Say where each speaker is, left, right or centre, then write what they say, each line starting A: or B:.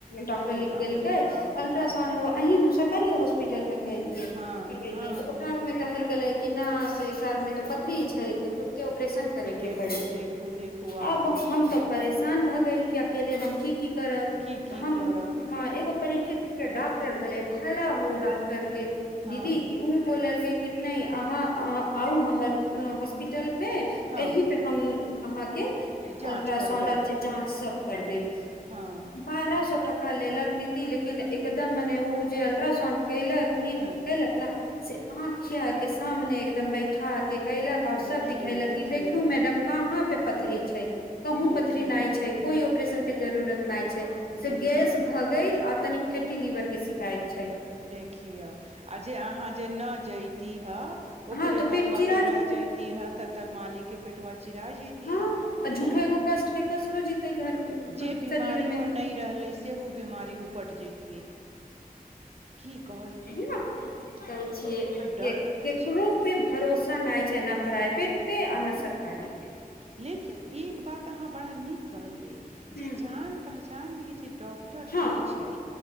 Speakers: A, on the left (about 80°); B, on the right (about 45°).
A: डॉक्टर
B: अरे
A: लिख
B: बाप
A: देलकै
B: रे बाप
A: अल्ट्रासाउंड
B: बाप रे
A: अहीं सरकारिए हॉस्पिटल मेे करैलियै
B: हँ
A: करवेलियै
B: हँ
A: तऽ ओकरा आर मे कहल गेलै किना से एकारमे त पत थरी छै तऽ तुरते अपरेशन करे
B: देखू
A: के पड़ी
B: देखू देखू अहाँ
A: आब
B: देखू
A: हम तऽ परेशान भऽ गेल कि अकेले हम की की करब
B: की की
A: तऽ हम
B: करब
A: ह एगो परीचित डॉक्टर भेलै भला हो डॉक्टर के
B: हँ
A: दीदी कि उ बोललकै कि नहि अहाँ अहाँ आउ हमर हॉस्पिटल मे
B: हँ
A: एहि पे हम अहाँके
B: जाँच
A: अल्ट्रासाउंड
B: करबै
A: जाँच सब कर देेब
B: हँ
A: बारह सौ टका ले लेलक दीदी लेकिन एकदम मने ओ जे अलट्रासाउंड कयलक नीक
B: हँ
A: कयलक न से आँखिआ के सामने एकदम बैठा के कयलक आऔर सब
B: देखियौ
A: दिखैलक
B: देखियौ
A: की देखु मैडम कहाँ पे पथरी छै कहूँ
B: देखियौ
A: पथरी न छै कोइ अपरेशन के जरूरत नहि छै से
B: देखियौ
A: गैस भऽ गेल आ तनि फैटी लिवर के शिकायत छै
B: देखियौ आ जे अहाँ जे न जैती हे ओकरे
A: हँ तऽ
B: बतवा
A: पेट चिरा
B: पे रह
A: जेतै
B: जइतिह तऽ तब मालिकके पेटवा चिरा जैतियै
A: हँ आ झूठो एगो कष्ट के कष्टो जीतै घर
B: जे बीमारियो
A: शरीर मे
B: नहि रहलै सेहो बीमारी उपटि जैतियै की कहू
A: वहि ने कहै छियै
B: डर लगै
A: केकरो
B: छै
A: पे भरोसा नहि छै न प्राइवेट पे
B: हूँ
A: आ नहि सरकारी पे
B: लेकिन एक बात अहाँ बड़ा नीक कहलियै
A: हूँ
B: जे जान पहचानके जे डॉक्टर
A: हँ
B: होइ छै